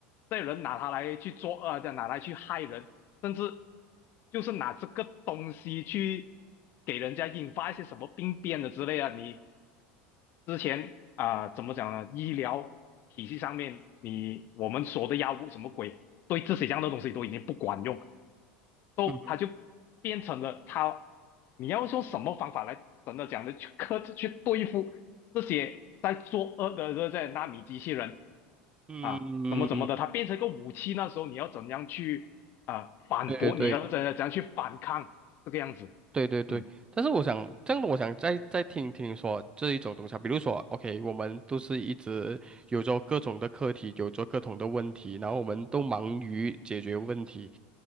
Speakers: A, on the left; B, on the right.
A: 这人拿它来去做恶，拿来去害人，甚至就是拿这个东西去给人家引发一些什么病变的之类啊，你之前啊、怎么讲呢？医疗体系上面，你我们说的药物什么鬼，对这些这样的东西都已经不管用，所以它就
B: 嗯哼
A: 变成了它，你要用什么方法来真的讲的去克制、去对付这些在作恶的这些纳米机器人
B: 嗯，
A: 啊，怎么怎么的，它变成一个武器，那时候你要怎样去啊、反驳？
B: 对对对
A: 你要怎样怎样去啊反抗这个样子？
B: 对对对，
A: 嗯
B: 但是我想这样的，我想再再听听说这一种东西啊比如说，OK，我们都是一直有着各种的课题，有着各种的问题，然后我们都忙于解决问题